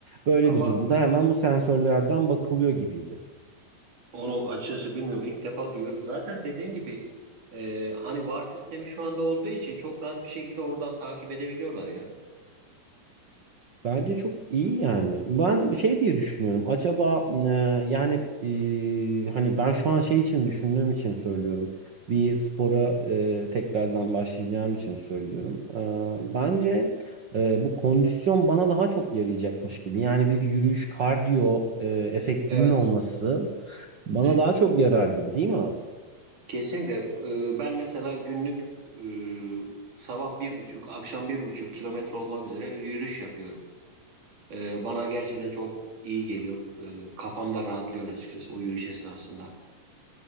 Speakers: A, on the right; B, on the right.
A: Böyle
B: Ama
A: bir durumda hemen bu sensörlerden bakılıyor gibiydi.
B: onu açıkçası bilmiyorum. İlk defa duyuyorum. Zaten dediğim gibi e, hani VAR sistemi şu anda olduğu için çok rahat bir şekilde oradan takip edebiliyorlar ya.
A: Bence çok iyi yani. Ben şey diye düşünüyorum. Acaba e, yani e, hani ben şu an şey için düşündüğüm için söylüyorum. Bir spora e, tekrardan başlayacağım için söylüyorum. E, bence e, bu kondisyon bana daha çok yarayacakmış gibi. Yani bir yürüyüş kardiyo e, efektinin
B: Evet.
A: olması bana
B: Evet.
A: daha çok yarar gibi değil mi abi?
B: Kesinlikle. E, ben mesela günlük e, sabah bir buçuk, akşam bir buçuk kilometre olmak üzere yürüyüş yapıyorum. E, bana gerçekten çok iyi geliyor. E, kafam da rahatlıyor açıkçası o yürüyüş esnasında.